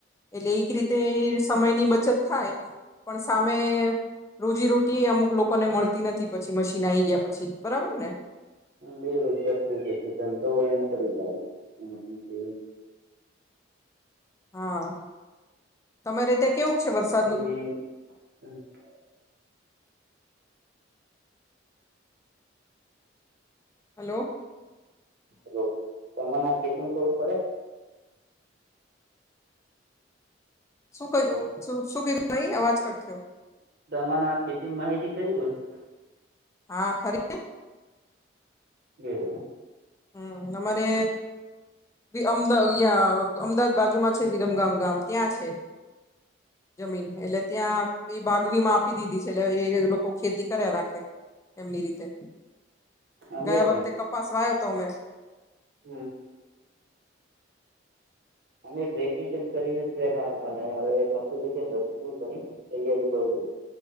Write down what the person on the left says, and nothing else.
એટલે એક રીતે સમયની બચત થાય પણ સામે રોજી રોટી એ અમુક લોકોને મળતી નથી પછી મશીન આઈ ગયા પછી બરાબર ને?
હા તમારેતે કેવું છે વરસાદ?
હલો?
શું કઈ
શું કીધું અવાજ કટ થયો.
હા ખરી.
હમ આમારે અમદાવાદ બાજુમાં છે વિરમગામ ગામ ત્યાં છે જમીન એટલે ત્યાં એ બાઘવીમા આપી દીધી છે એટલે એ લોકો ખેતી કર્યા રાખે. એમની રીતે
ગયા વખતે કપાસ વાયો તો અમે.